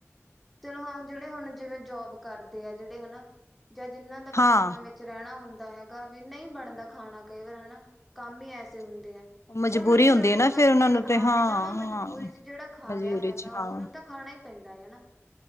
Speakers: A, in the centre; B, on the left.
A: ਚਲੋ ਹਾਂ ਜੇੜੇ ਹੁਣ ਜਿਵੇਂ ਜੋਬ ਕਰਦੇ ਆ ਜੇੜੇ ਹੈਨਾ, ਜਾਂ ਜਿਨਾਂ ਦਾ
B: ਹਾਂ,
A: ਪੀਜ਼ੀਆਂ ਵਿੱਚ ਚ ਰੈਣਾ ਹੁੰਦਾ ਹੈਗਾ ਵੀ ਨੀ ਬਣਦਾ ਖਾਣਾ ਕਈ ਵਾਰ ਹੈਨਾ ਕੰਮ ਈ ਐਸੇ ਹੁੰਦੇ ਐ।
B: ਮਜਬੂਰੀ
A: ਓਨਾਂ ਲਈ
B: ਹੁੰਦੀ
A: ਚਲੋ
B: ਹੈ
A: ਏਕ
B: ਨਾ
A: ਅੱਧੀ
B: ਫਿਰ ਉਹਨਾਂ ਨੂੰ
A: ਹਾਂ
B: ਤੇ
A: ਜਮਾਂ ਮਜਬੂਰੀ
B: ਹਾਂ।
A: ਚ ਜਿੜਾ ਖਾ
B: ਮਜਬੂਰੀ
A: ਰਿਹਾ ਹੈਗਾ
B: ਚ ਹਾਂ,
A: ਓਨੂੰ ਤਾਂ ਖਾਣਾ ਈ ਪੈਂਦਾ ਐ ਅਨਾ